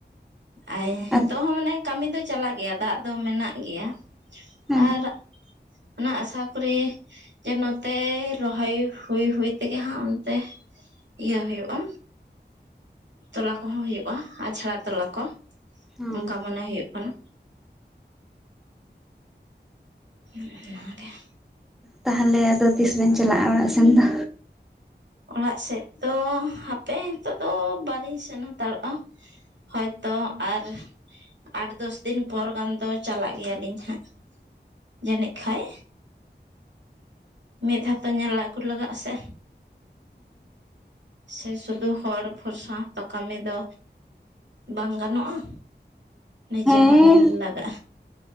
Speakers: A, on the right; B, in the centre.
A: ᱟᱭ ᱦᱤᱛᱚᱜ
B: ᱟᱫ
A: ᱦᱚᱸ ᱢᱟᱱᱮ ᱠᱟᱢᱤ ᱫᱚ ᱪᱟᱞᱟᱜ ᱜᱮᱭᱟ ᱫᱟᱜ ᱫᱚ ᱢᱮᱱᱟᱜ ᱜᱮᱭᱟ
B: ᱦᱮᱸ
A: ᱟᱨ᱾ ᱚᱱᱟ ᱟᱥᱟ ᱠᱚᱨᱮ᱾ ᱡᱮ ᱱᱚᱛᱮ ᱨᱚᱦᱚᱭ ᱦᱩᱭ ᱦᱩᱭ ᱛᱮᱜᱮ ᱦᱟᱸᱜ ᱚᱱᱛᱮ᱾ ᱤᱭᱟᱹ ᱦᱳᱭᱳᱜᱼᱟ᱾ ᱛᱚᱞᱟ ᱠᱚᱦᱚᱸ ᱦᱳᱭᱳᱜ-ᱟ ᱟᱪᱷᱲᱟ ᱛᱚᱞᱟ ᱠᱚ
B: ᱦᱚᱸ
A: ᱚᱱᱠᱟ ᱢᱚᱱᱮ ᱦᱳᱭᱳᱜ ᱠᱟᱱᱟ᱾ <inaudible>
B: ᱛᱟᱦᱞᱮ ᱟᱫᱚ ᱛᱤᱥ ᱵᱮᱱ ᱪᱟᱞᱟᱜᱼᱟ ᱚᱲᱟᱜ ᱥᱮᱱ ᱫᱚ᱾
A: ᱚᱲᱟᱜ ᱥᱮᱜ ᱫᱚ ᱦᱟᱯᱮ ᱦᱤᱛᱳᱜ ᱫᱚ ᱵᱟᱞᱤᱧ ᱥᱮᱱ ᱦᱟᱛᱟᱲᱚᱜᱼᱟ᱾ ᱦᱚᱭᱛᱚ ᱟᱨ᱾ ᱟᱴ ᱫᱚᱥ ᱫᱤᱱ ᱯᱚᱨ ᱜᱟᱱ ᱫᱚ ᱪᱟᱞᱟᱜ ᱜᱮᱭᱟᱞᱤᱧ ᱦᱟᱸᱜ ᱡᱟᱱᱤᱡ ᱠᱷᱟᱭ᱾ ᱢᱤᱫ ᱫᱷᱟ ᱛᱚ ᱧᱮᱞ ᱟᱜᱩ ᱞᱟᱜᱟᱜ-ᱟ ᱥᱮ᱾ ᱥᱮ ᱥᱩᱫᱷᱩ ᱦᱚᱲ ᱵᱷᱚᱨᱥᱟ ᱦᱚᱸᱛᱚ ᱠᱟᱢᱤ ᱫᱚ᱾ ᱵᱟᱝ ᱜᱟᱱᱚᱜᱼᱟ ᱱᱤᱡᱮ
B: ᱦᱮᱸ
A: ᱦᱚᱸ ᱧᱮᱞ ᱞᱟᱜᱟᱜᱼᱟ